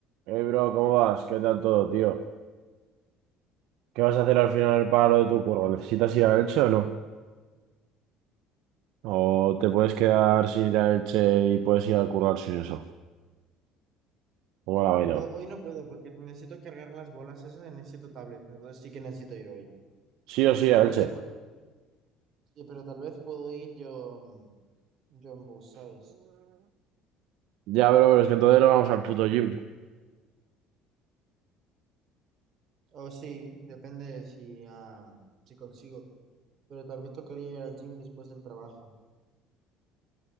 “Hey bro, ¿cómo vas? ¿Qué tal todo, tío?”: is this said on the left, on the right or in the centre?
Right